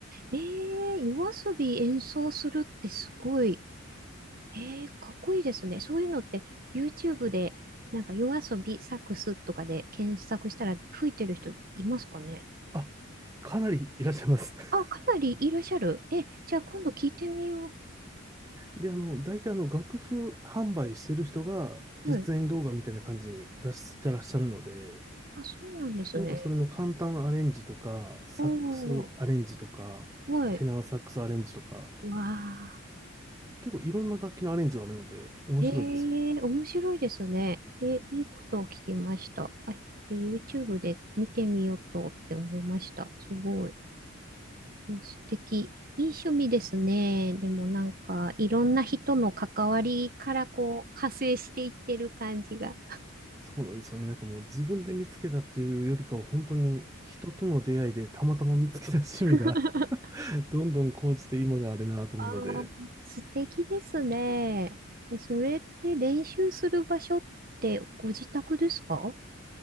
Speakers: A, on the right; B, on the right.
A: う。ええ夜遊び演奏するってすごい。ええかっこいいですね。そういうのって YouTube でなんか夜遊びサックスとかで検索したら吹いてる人いますかね。
B: あ、かなりいらっしゃいます。<laughs>
A: あ、かなりいらっしゃる。え、じゃあ今度聞いてみよ
B: で、あの、大体あの、楽譜販売してる人が実演動画みたいな感じに出してらっしゃるので、
A: う。はい。あ、そうなんですね。
B: なんかそれの簡単アレンジとか、サックスアレンジとか、
A: おー、はい。
B: テナーサックスアレンジとか、
A: わあ。
B: 結構いろんな楽器のアレンジがあるので面白いですよ。
A: ええ面白いですね。えーいいことを聞きました。あ、えー YouTube で見てみようとって思いました。すごい。えー素敵。いい趣味ですね。でもなんか、いろんな人の関わりからこう、派生していってる感じが。
B: そうなんですよね。なんかもう自分で見つけたっていうよりかは本当に人との出会いでたまたま見つけた趣味が
A: <laughs>
B: <laughs> どんどん高じて今があれなと思うので、
A: ああ、素敵ですね。え、それって練習する場所ってご自宅ですか